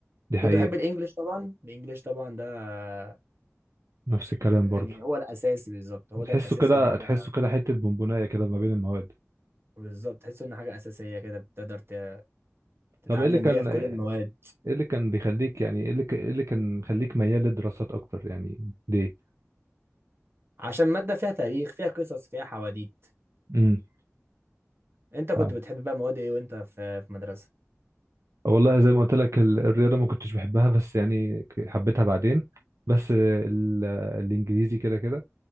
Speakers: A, on the right; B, on the right.
A: دي حقيقه
B: كنت بحب الانجليش طبعا الانجليش طبعا ده آه،
A: نفس الكلام
B: يعني
A: برضو
B: هو الاساس بالظبط هو ده
A: تحسه
B: الاساس
A: كده
B: اللي احنا
A: تحسه كده حتة بونبوناية كده ما بين المواد
B: بالظبط تحس ان حاجه اساسيه كده بتقدر ت- تتعلم
A: طب ايه اللي كان
B: بيها في
A: ايه
B: كل المواد
A: اللي كان بيخليك يعني ايه اللي ك- إيه اللي كان مخليك ميال للدراسات اكتر يعني ليه
B: عشان ماده فيها تاريخ فيها قصص فيها حواديت
A: امم
B: انت كنت
A: آه.
B: بتحب بقى مواد ايه وانت في في مدرسه
A: والله زي ما قلت لك ال- الرياضة ما كنتش بحبها بس يعني ك- حبيتها بعدين بس ال- الانجليزي كده كده